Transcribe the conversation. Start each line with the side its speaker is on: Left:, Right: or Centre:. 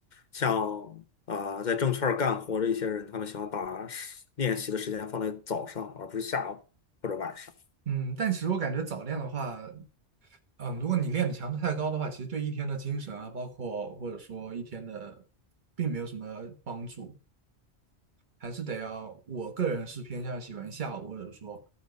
Left: 像啊、呃在证券儿干活的一些人，他们喜欢把时练习的时间放在早上，而不是下午或者晚上。
Right: 嗯，但其实我感觉早练的话，嗯，如果你练的强度太高的话，其实对一天的精神啊，包括或者说一天的，并没有什么帮助。还是得要，我个人是偏向喜欢下午或者说